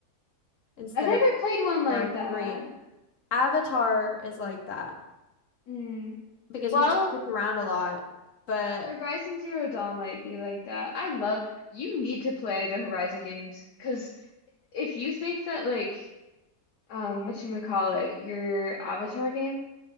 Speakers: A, on the left; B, on the left.
A: instead
B: I've never
A: of
B: played one like
A: R3.
B: that.
A: Avatar is like that
B: Mm.
A: because
B: Well,
A: you have to creep around a lot. But
B: Horizon Zero Dawn might be like that. I love, you need to play the Horizon games because if you think that like um whatchamacallit, your Avatar game